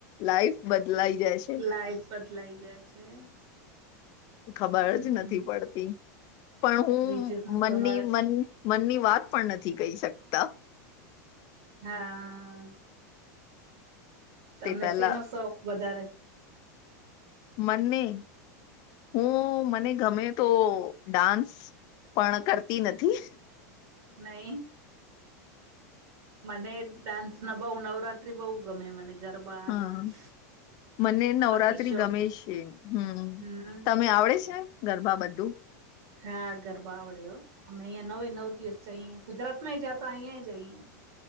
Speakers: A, on the left; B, on the right.
A: લાઈફ બદલાઈ જાય છ
B: લાઈફ બદલાઈ જાય છે.
A: ખબર
B: હમ
A: જ નથી પડતી. પણ હું
B: બીજું
A: મનની
B: તમારે
A: મન મનની વાત પણ નથી કહી શકતા.
B: હા. તમને
A: તે પહેલા
B: શેનો શોખ વધારે?
A: મને હું મને ગમે તો ડાન્સ. પણ કરતી નથી.
B: નહીં. મનેઈ ડાન્સ સ નો બહુ નવરાત્રી બહુ ગમે મને ગરબા,
A: હા
B: ડાન્સ.
A: મને નવરાત્રી
B: અતિ શોખ
A: ગમે છે. હમ્મ.
B: હમ
A: તમે આવડે છે ગરબા બધું?
B: હા ગરબા આવડે હો. અમે અહિયાં નવે નવ દિવસ જઈએ. ગુજરાત માંઈ જાતા, અહીયાંઈ જઈએ.